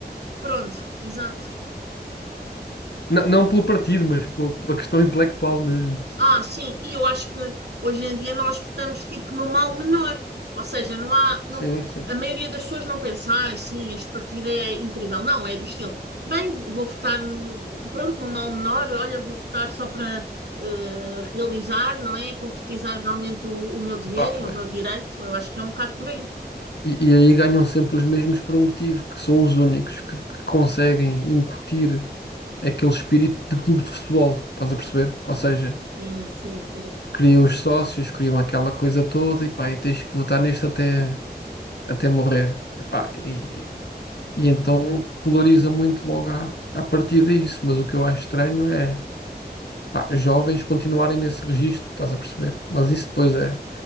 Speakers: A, on the right; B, on the left.
A: Pronto, exato.
B: Não, não pelo partido, mas pelo- pela questão intelectual mesmo.
A: Ah, sim, e eu acho que hoje em dia nós votamos tipo no mal menor, ou seja, não há, não,
B: Sim, sim.
A: a maioria das pessoas não pensa, ah, sim, este partido é incrível, não, é do estilo, bem, vou votar, pronto, no mal menor, olha, vou votar só para eh, realizar, não é, concretizar realmente o, o meu dever
B: Pá, pois.
A: e o meu direito, eu acho que é um bocado por aí.
B: E, e aí ganham sempre os mesmos por um motivo, que são os únicos que, que conseguem incutir aquele espírito de clube de futebol, estás a perceber? Ou seja,
A: Sim, sim, sim.
B: criam os sócios, criam aquela coisa toda e pá, e tens que votar neste até, até morrer. Epá, e, e então polariza muito logo à, à partida isso, mas o que eu acho estranho é pá, jovens continuarem nesse registro, estás a perceber? Mas isso depois é,